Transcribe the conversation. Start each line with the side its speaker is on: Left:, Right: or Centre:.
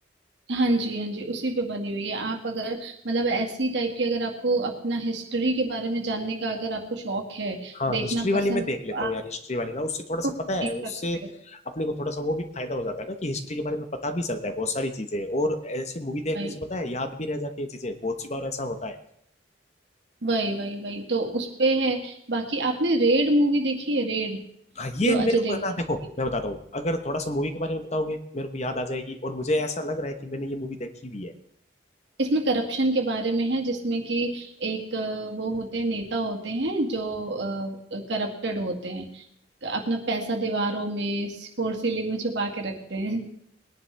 Right: हाँ जी हाँ जी उसी पे बनी हुई है आप अगर मतलब ऐसी टाइप की अगर आपको अपना हिस्ट्री के बारे में जानने का अगर आपको शौक है
Left: हाँ
Right: देखना
Left: हिस्ट्री वाली
Right: पसंद
Left: मैं
Right: है
Left: देख
Right: तो
Left: लेता हूँ
Right: आप
Left: यार हिस्ट्री वाली ना उससे थोड़ा सा
Right: तो देख
Left: पता है उससे
Right: सकते हो
Left: अपने को थोड़ा सा वो भी फायदा हो जाता है ना कि हिस्ट्री के बारे में पता भी चलता है बहुत सारी चीजें और ऐसे मूवी देखने
Right: भाई
Left: से पता है याद भी रह जाती है चीजें बहुत सी बार ऐसा होता है
Right: वही वही वही वही, तो उस पे है बाकी आपने रेड मूवी देखी है रेड
Left: हाँ ये
Right: जो अजय
Left: मेरे
Right: देवगन
Left: को है ना देखो
Right: की
Left: मैं बताता हूँ अगर थोड़ा सा मूवी के बारे में बताओगे मेरे को याद आ जाएगी और मुझे ऐसा लग रहा है कि मैंने ये मूवी देखी हुई है
Right: इसमें करप्शन के बारे में है जिसमें कि एक अ, वो होते हैं नेता होते हैं जो करप्टेड होते हैं अपना पैसा दीवारों में फोर सीलिंग में छुपा के रखते हैं <laughs>